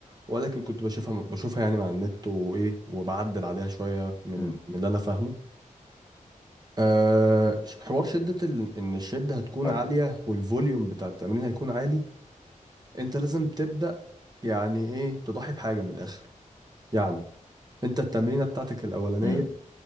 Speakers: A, on the right; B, on the left.
A: ولكن كنت بشوفها بشوفها يعني مع النت وايه وبعدل عليها شويه من
B: امم
A: من اللي انا فاهمه أه ش- حوار شدة ال... ان الشدة هتكون
B: حلو
A: عالية والفوليوم بتاع التمرين هيكون عالي انت لازم تبدأ يعني ايه تضحي بحاجة من الآخر يعني انت التمرينة بتاعتك الأولانية
B: امم